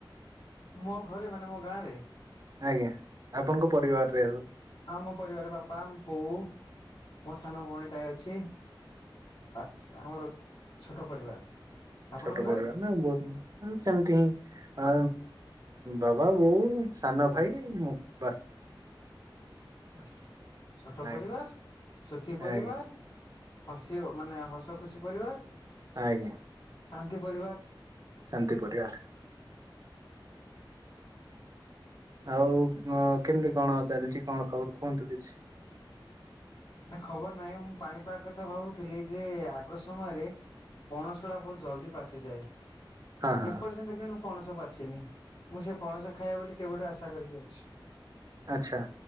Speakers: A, on the left; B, on the right.
A: ମୋ ଘରେ ମାନେ ମୋ ଗାଁ ରେ।
B: ଆଜ୍ଞା ଆପଣଙ୍କ ପରିବାର ରେ
A: ହଁ ମୋ ପରିବାର ବାପା ବୋଉ ମୋ ସାନ ଭଉଣୀଟାଏ ଅଛି ବାସ୍ ଆମର ଛୋଟ ପରିବାର ଆପଣଙ୍କ
B: ଛୋଟ
A: ଘରେ?
B: ପରିବାର ନା ବହୁତ ସେମିତି ହିଁ ହ ବାବା ବୋଉ ସାନ ଭାଇ ମୁଁ ବାସ୍
A: ବାସ୍ ଛୋଟ
B: ଆଜ୍ଞା
A: ପରିବାର ସୁଖୀ ପରିବାର
B: ଆଜ୍ଞା
A: ହସିବ ମାନେ ହସ ଖୁସି ପରିବାର
B: ଆଜ୍ଞା।
A: ଶାନ୍ତି ପରିବାର।
B: ଶାନ୍ତି ପରିବାର। ଆଉ କେମିତି କଣ ଚାଲିଛି କଣ ଖବର କୁହନ୍ତୁ କିଛି
A: ନା ଖବର ନାହିଁ ମୁଁ ପାଣିପାଗ କଥା ଭାବୁଥିଲି ଯେ ଆଗ ସମୟରେ ପଣସ ଡା ବହୁତ ଜଲ୍ଦି ପାଚିଯାଏ।
B: ହଁ ହଁ
A: ଏପର୍ଯ୍ୟନ୍ତ କିଣୁ ପଣସ ପାଛିନି ମୁଁ ସେ ପଣସ ଖାଇବା ବୋଲି କେବେଠୁ ଆଶା କରିକି ଅଛି
B: ଆଚ୍ଛା।